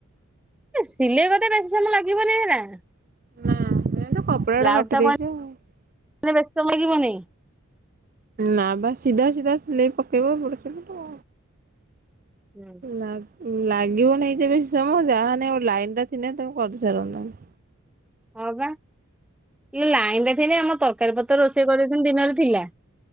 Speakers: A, in the centre; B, on the right.
A: ଏ ସିଲେଇ ମତେ ବେଶୀ ସମୟ ଲାଗିବନି ହେରା।
B: ହୁଁ ମେନ ତ କପଡାଟା
A: ବ୍ଲାଉଜ
B: କାଟି
A: ଟା କଣ
B: ଦେଇଛ। ଆଉ।
A: ମାନେ ବେସି ସମୟ ଲାଗିବନି।
B: ନା ବା ସିଧା ସିଧା ସିଲେଇ ପକେଇବ ଏପଟ ସେପଟ।
A: ହୁଁ।
B: ଲା ଲାଗିବ ନାହିଁ ଯେ ବେସି ସମୟ ଯାହେନେ ଗୋଟେ ଲାଇନ୍ ଟା ଥିଲେ ତମେ କରିସାରନ୍ତଣି।
A: ହଁ ବା ଇଏ ଲାଇନ ଟା ଥିଲେ ଆମ ତରକାରୀ ପତ୍ର ରୋଷେଇ କରିଦେଇ ଥିଲି ଦିନରେ ଥିଲା।